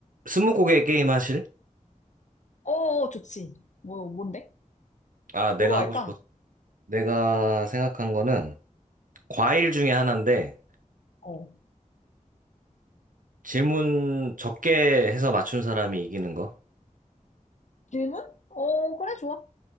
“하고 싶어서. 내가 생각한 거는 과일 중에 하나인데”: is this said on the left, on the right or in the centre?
Right